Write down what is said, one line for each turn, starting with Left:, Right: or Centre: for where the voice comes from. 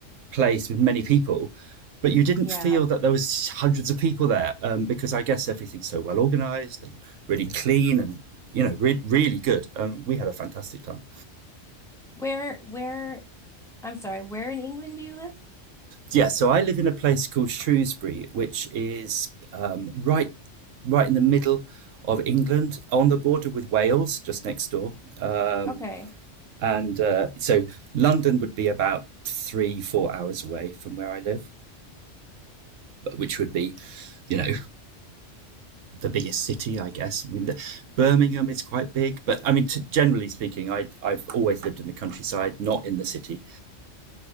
Right: place with many people, but you didn't
Centre: Yeah.
Right: feel that there was hundreds of people there um, because I guess everything's so well organized and really clean and you know re- really good. Um, we had a fantastic time.
Centre: Where where I'm sorry, where in England do you live?
Right: Yeah, so I live in a place called Shrewsbury, which is um, right right in the middle of England on the border with Wales, just next door. Uh,
Centre: Okay.
Right: And uh, so London would be about three, four hours away from where I live, which would be, you know, the biggest city, I guess. I mean, the, Birmingham is quite big, but I mean, to, generally speaking, I, I've always lived in the countryside, not in the city,